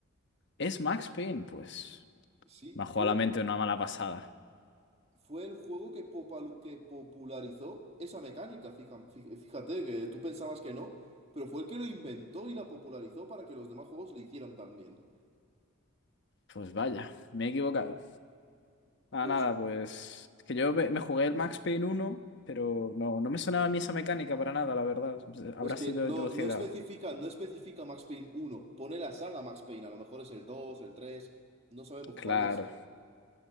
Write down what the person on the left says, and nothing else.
¿Es Max Payne? Pues
me ha jugado
la
mente una mala pasada.
Pues vaya, me he equivocado. Ah,
nada, pues es que yo me, me jugué el Max Payne uno pero no, no me sonaba a mí esa mecánica para nada, la verdad. Habrá
sido
introducida.
Claro.